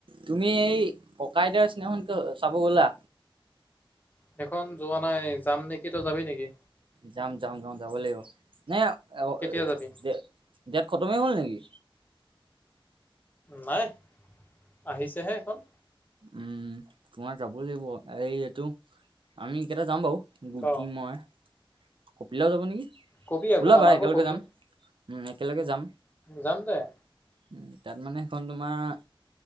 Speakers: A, on the right; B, on the left.
A: তুমি এই ককা - আইতাৰ চিনেমাখনক চাব গ'লা?
B: সেইখন যোৱা নাই যাম নেকি, তই যাবি নেকি?
A: যাম - যাম - যাম যাব লাগিব, নে অ',
B: কেতিয়া
A: - এ',
B: যাবি
A: -ই', ডেট খটমেই হ'ল নেকি?
B: নাই, আহিছে হে সেইখন',
A: উম', তোমাৰ যাবই লাগিব এই - এইটো, আমি কেইটা যাম বাৰু', গুটি
B: ক
A: মই', কপিল দা ও যাব নেকি?
B: কবি আকৌ
A: ওলাবা
B: আমাকো
A: একেলগে
B: কবি
A: যাম, উম', একেলগে যাম',
B: যাম দে',
A: উম', তাত মানে সেইখন তোমাৰ',